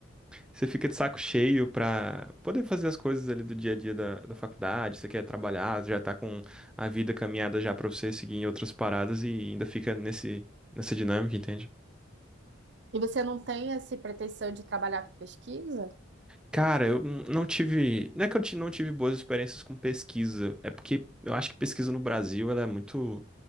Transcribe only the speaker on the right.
E você não tem essa pretensão de trabalhar com pesquisa